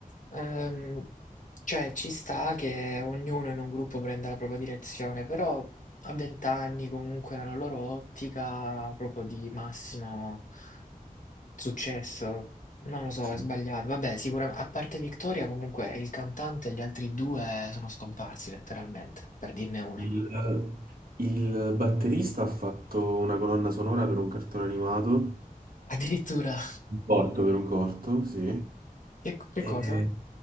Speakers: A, on the left (about 60°); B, on the right (about 75°).
A: ehm, cioè, ci sta che ognuno in un gruppo prenda la propria direzione, però a vent'anni comunque nella loro ottica proprio di massimo successo. Non lo so,
B: sì.
A: è sbagliato. Vabbè, sicuramente, a parte Victoria, comunque il cantante e gli altri due sono scomparsi letteralmente, per dirne una.
B: Il,
A: <laughs>
B: il batterista ha fatto una colonna sonora per un cartone animato,
A: Addirittura,
B: un corto per un corto, sì.
A: che, che
B: E-
A: cosa?